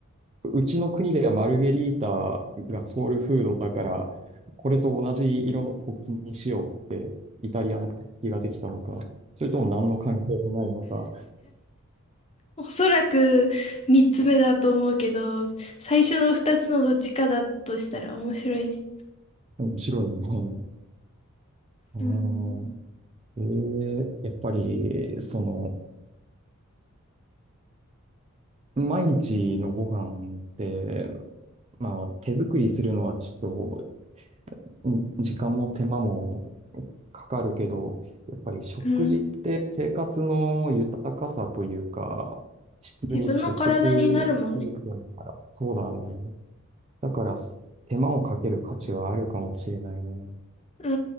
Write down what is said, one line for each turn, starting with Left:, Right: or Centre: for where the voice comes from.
Right: うちの国ではマルゲリータがソウルフードだから、これと同じ色の国旗にしようって、イタリアの国旗ができたのか、それとも何の関係もないのか、
Left: おそらく三つ目だと思うけど、最初の二つのどっちかだとしたら面白いね。
Right: 面白いね。あー
Left: うん。
Right: えー、やっぱり、その、毎日のご飯って、まあ、手作りするのはちょっと、ん時間も手間もかかるけど、やっぱり食事って生活の豊かさというか、
Left: うん。
Right: 質に直結すると思うから、
Left: 自分の体になるもんね。
Right: そうだね。だから、手間をかける価値はあるかもしれないね。
Left: う